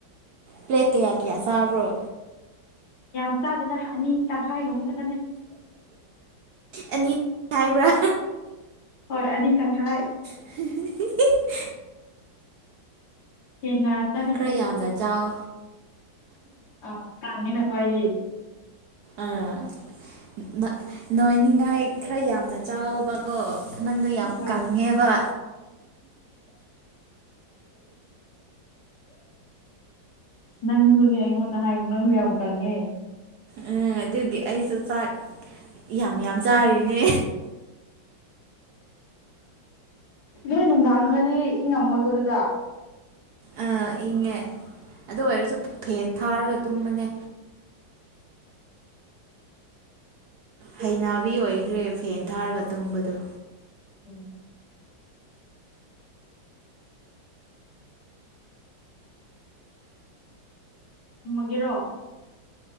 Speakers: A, on the right (about 70°); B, on the left (about 60°).
A: ꯄ꯭ꯂꯦꯠ ꯀꯌꯥ ꯀꯌꯥ ꯆꯥꯕ꯭ꯔꯣ
B: ꯌꯥꯝ ꯆꯥꯗꯦꯅ ꯑꯅꯤ ꯇꯪꯈꯥꯏꯒꯨꯝꯕ ꯈꯛꯇꯅꯦ
A: ꯑꯅꯤ ꯍꯥꯏꯕ꯭ꯔꯥ
B: ꯍꯣꯏ ꯑꯅꯤ ꯇꯪꯈꯥꯏ
A: <unintelligible>
B: ꯍꯦꯟꯅ ꯆꯥꯅꯤꯡꯉꯁꯨ
A: ꯈꯔ ꯌꯥꯝꯅ ꯆꯥꯎ
B: ꯑ‌ꯧ ꯀꯥꯟꯒꯦ ꯅꯀꯣꯏꯗꯤ
A: ꯑꯥ ꯅꯥ ꯅꯣꯏꯅꯤꯉꯥꯏ ꯈꯔ ꯌꯥꯝꯅ ꯆꯥꯎꯋ‌ꯣꯕꯀꯣ ꯅꯪꯗ‌ꯣ ꯌꯥꯝ
B: ꯍꯣꯏ
A: ꯀꯪꯉꯦꯕ
B: ꯅꯪꯖꯨꯅꯦ ꯑꯩꯉꯣꯟꯗ ꯍꯥꯏ ꯅꯪꯖꯨ ꯌꯥꯝ ꯀꯪꯉꯦ
A: ꯎꯝ ꯑꯗꯨꯒꯤ ꯑꯩꯁꯨ ꯆꯥꯛ ꯌꯥꯝ ꯌꯥꯝ ꯆꯥꯔꯤꯅꯦ
B: ꯅꯣꯏ ꯅꯨꯡꯗꯥꯡꯒꯗꯤ ꯏꯪꯉꯝꯃꯣꯏꯀꯣ ꯑꯗꯨꯗꯥ
A: ꯑꯥ ꯏꯪꯉꯦ ꯑꯗꯨ ꯑꯣꯏꯔꯁꯨ ꯐꯦꯟ ꯊꯥꯔꯒ ꯇꯨꯝꯕꯅꯦ ꯍꯩꯅꯕꯤ ꯑꯣꯏꯒ꯭ꯔꯦ ꯐꯦꯟ ꯊꯥꯔꯒ ꯇꯨꯝꯕꯗꯣ
B: ꯎꯝ ꯊꯝꯃꯒꯦꯔꯣ